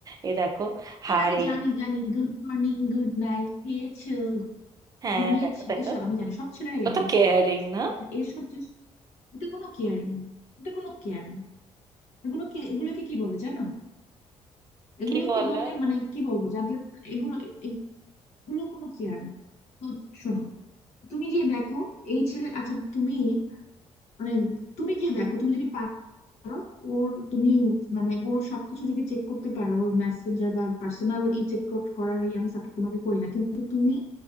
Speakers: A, on the right; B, on the left.
A: এ দেখো
B: হ্যাঁ
A: হাই
B: আমি জানি জানি গুড মর্নিং গুড নাইট খেয়েছো
A: হ্যাঁ
B: ঘুমিয়েছো
A: দেখো দেখো
B: এসব আমি জানি সব ছেলেরাই
A: ও
B: এমন
A: তো
B: ঠিক
A: কেয়ারিং
B: আছে?
A: না
B: এসব যে এটা কোনো কেয়ারিং এটা কোনো কেয়ার না এগুলোকে এগুলোকে কি বলে জানো এগুলোকে
A: কি বলে
B: বলে মানে কি বলবো যাদের এগুলো এগুলো কোনো কেয়ার না তো শোনো তুমি গিয়ে দেখো এই ছেলে আচ্ছা তুমি মানে তুমি গিয়ে দেখো তুমি যদি পারো ওর তুমি মানে ওর সবকিছু যদি চেক করতে পারো ওর মেসেঞ্জার বা পার্সোনাল ই চেক করার এই আমি সাপোর্ট তোমাকে করি না কিন্তু তুমি